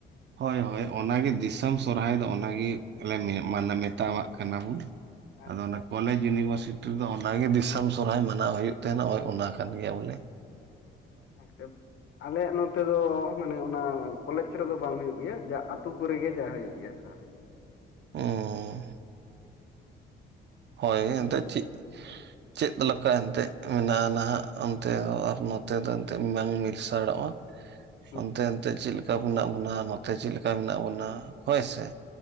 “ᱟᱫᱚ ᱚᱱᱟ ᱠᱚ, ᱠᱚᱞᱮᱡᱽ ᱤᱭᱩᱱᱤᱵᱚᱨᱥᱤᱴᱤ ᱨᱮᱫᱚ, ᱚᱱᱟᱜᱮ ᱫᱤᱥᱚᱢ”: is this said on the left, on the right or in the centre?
Right